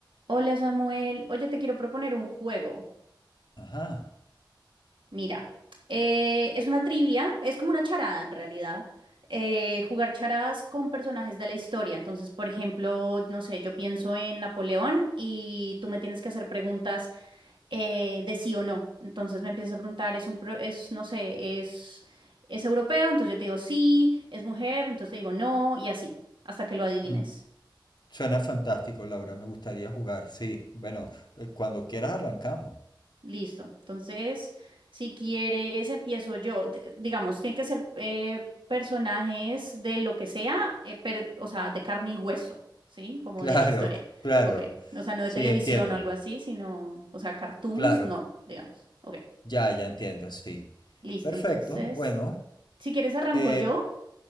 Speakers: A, on the right; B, on the left.
A: Hola Samuel, oye, te quiero proponer un juego.
B: Ajá.
A: Mira, eh, es una trivia, es como una charada en realidad. eh, jugar charadas con personajes de la historia. Entonces, por ejemplo, no sé, yo pienso en Napoleón y tú me tienes que hacer preguntas eh, de sí o no. Entonces me empiezas a preguntar, es un, pro- es, no sé, es, es europeo, entonces yo te digo sí, es mujer, entonces te digo no y así, hasta que lo adivines.
B: Mm. Suena fantástico, Laura. Me gustaría jugar. Sí, bueno, eh, cuando quieras arrancamos.
A: Listo. Entonces, si quieres, empiezo yo. D- digamos, tiene que ser eh, personajes de lo que sea, eh, per- o sea, de carne y hueso, ¿sí? Como
B: Claro,
A: de la historia.
B: claro.
A: Ok. O sea, no de
B: Sí,
A: televisión
B: entiendo.
A: o algo así, sino, o sea, cartoons,
B: Claro,
A: no, digamos. Ok.
B: ya, ya entiendo, sí.
A: Listo.
B: Perfecto,
A: Entonces,
B: bueno.
A: si quieres, arranco
B: eh,
A: yo